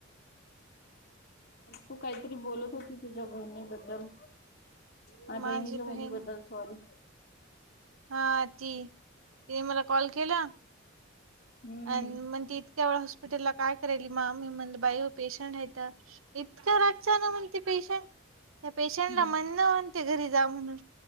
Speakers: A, on the left; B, on the right.
A: तू काहीतरी बोलत होती तुझ्या बहिणीबद्दल आणि
B: माझी
A: बहिणीच्या मुलीबद्दल
B: बहीण
A: सॉरी
B: हा ती तिने मला कॉल केला
A: हम्म
B: आणि मग त इतक्या वे हॉस्पिटलला काय करायल माम म्हण बाई पेशंट आहे इतकं रगच ना म्हणते पेशंट त्या पेशंटला
A: हम्म
B: म्हन नं म्हणते घरी जा म्हणून